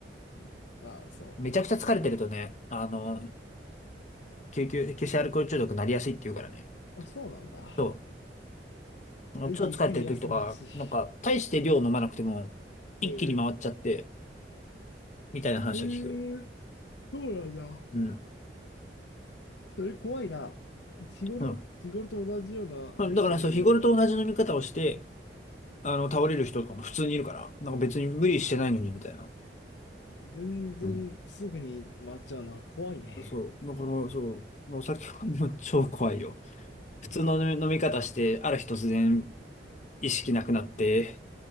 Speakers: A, on the left; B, on the left.
A: うんまあ、そ
B: めちゃくちゃ疲れてるとね、あの、救急、急性アルコール中毒になりやすいって言うからね。
A: う。あ、そうなんだ。
B: そう。
A: ぜひゆっくり休んでほし
B: 超疲れてる時とか、なんか、大して量飲まなくても、一気に回っちゃって、
A: い。えー、
B: みたいな話を聞く。
A: えー、そうなんだ。
B: うん。
A: それ怖いな。日頃、
B: うん。う
A: 日頃と同じような飲む速度でも、
B: んだからそう、日頃と同じ飲み方をして、あの、倒れる人とかも普通にいるから、なんか別に無理してないのに、みたいな。
A: 全然すぐに回っちゃうのは怖いね。
B: うん。そう。だから、そう。お酒はもう超怖いよ。普通の飲み飲み方して、
A: うん、
B: ある日突然意識なくなって、